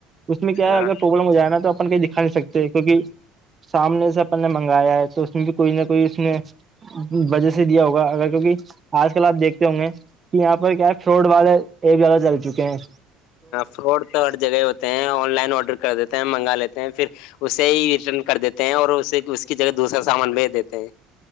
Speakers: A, on the right; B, on the left.
A: اس میں کیا
B: ہاں
A: ہے اگر ج نا تو اپن کہ دکھا نہیں سکتے کیہ سامنے سے اپن نے منگایا ہے تو اس میں بھی کوئی نہ کوئی اس نے وجہ سے دیا ہوگا اگر کیوںکہ آج کل آپ دیکھتے ہوں گے کہ یہاں پر کیا ہے فروڈ والے یہ زیادہ چل چکے ہیں
B: فراڈ تو ہر جگہ ہوتے ہیں آن لائن آڈر کر دیتے ہیں منگا لیتے ہیں پھر اسے ہی ریٹرن کر دیتے ہیں اور اسے اس کی جگہ دوسرا سامان بھیج دیتے ہیں